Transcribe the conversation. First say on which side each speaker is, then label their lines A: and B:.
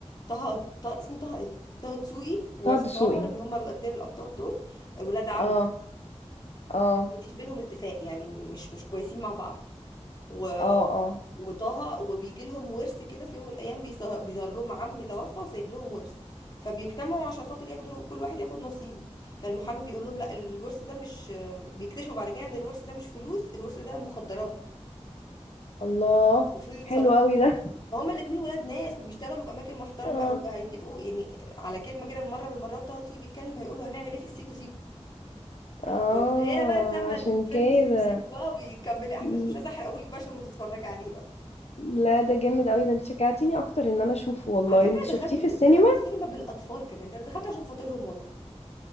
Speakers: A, on the left; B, on the left.
A: طه, طه... اسمه طه ايه طه دسوقي وعصام
B: طه دسوقي
A: عمر اللي هما الاثنين الابطال دول ولاد عم
B: اه اه
A: بس مفيش بينهم اتفاق يعني مش مش كويسين مع بعض و...
B: اه اه
A: وطه وبيجي لهم ورث كده في يوم من الايام بيظهر بيظهر لهم عم توفى وسايب لهم ورث فبيجتمعوا عشان خاطر ياخدوا كل واحد ياخد نصيبه فالمحامي بيقول لهم لا الورث ده مش بيكتشفوا بعد كده ان الورث ده مش فلوس الورث ده مخدرات
B: الله
A: المفروض يتصرفوا
B: حلو قوي
A: فيها
B: ده
A: فهما الاتنين ولاد ناس وبيشتغلوا في اماكن محترمه
B: اه
A: قوي فهيتفقوا يعني على كلمه كده مره من المرات طه دسوقي بيتكلم هيقول له هنعمل ايه في السيكو سيكو
B: اه
A: فمن هنا بقى اتسمى
B: عشان
A: الفيلم
B: كده
A: سيكو سيكو بقى وبيكملي احداثه
B: م-
A: مش عايزه احرقهولك بقى عشان ما تتفرجي عليه بقى
B: لا ده جامد قوي ده انت شجعتيني اكتر ان انا اشوفه والله
A: على فكرة
B: انت شفتيه
A: دخلته
B: في السينما
A: دخلته سينما بالأطفال كمان ده أنا دخلت عشان خاطرهم والله